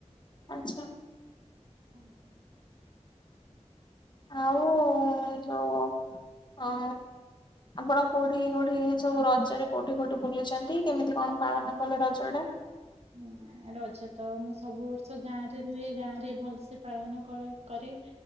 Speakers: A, on the left; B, on the right.
A: ଆଛା।
B: ହୁଁ ହୁଁ।
A: ଆଉ ଯୋଉ ଅ। ଆପଣ କୋଉଠି କୋଉଠି ସବୁ ରଜରେ କୋଉଠି କୋଉଠି ବୁଲିୁଛନ୍ତି? କେମିତି କଣ ପାଳନ କଲେ ରଜ ଟା?
B: ଉଁ ରଜ ତ ମୁଁ ସବୁ ବର୍ଷ ଗାଁ ରେ ରୁହେ, ଗାଁ ରେ ଭଲସେ ପାଳନ କରେ କରେ।